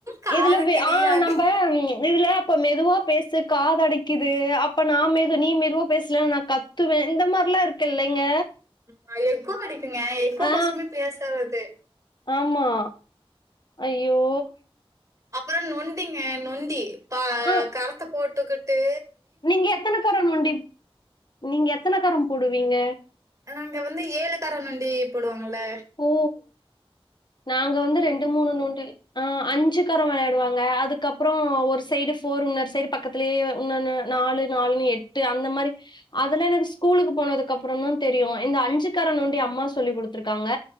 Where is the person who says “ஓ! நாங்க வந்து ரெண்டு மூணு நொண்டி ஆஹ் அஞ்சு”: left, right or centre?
Left